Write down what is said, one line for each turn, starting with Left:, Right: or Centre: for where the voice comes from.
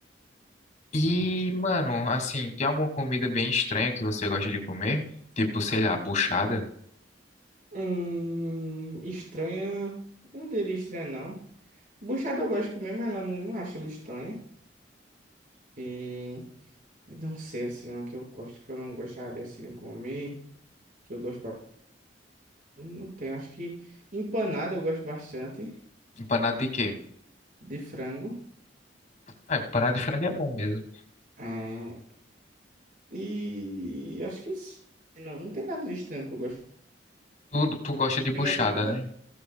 Left: E, mano, assim, tem alguma comida bem estranha que você gosta de comer? Tipo, sei lá, buchada?
Right: Hum, estranha. Não diria estranha, não. Buchada eu gosto de comer, mas ela não, não acha ela estranha. E não sei assim, uma que eu gosto que eu não gostaria assim de comer. Que eu gosto ba- Não tem, acho que empanada eu gosto bastante
Left: Empanado de quê?
Right: de frango.
Left: Ah, empanado de frango é bom mesmo.
Right: É, e acho que isso. não, não tem nada de estranho que eu gosto.
Left: Tu, tu gosta de
Right: Pra
Left: buchada,
Right: mim é de boa.
Left: né?